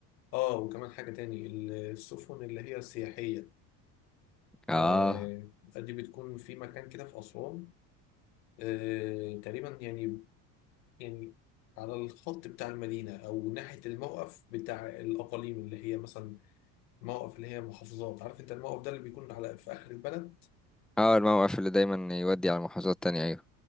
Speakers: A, on the left; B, in the centre.
A: اه وكمان حاجة تاني السفن اللي هي السياحية
B: آه
A: آه دي بتكون في مكان كده في أسوان آه تقريبا يعني يعني على الخط بتاع المدينة أو ناحية الموقف بتاع الأقاليم اللي هي مثلا موقف اللي هي محافظات عارف أنت الموقف ده اللي بيكون على في آخر البلد
B: آه الموقف اللي دايما يودي على محافظات تانية أيوة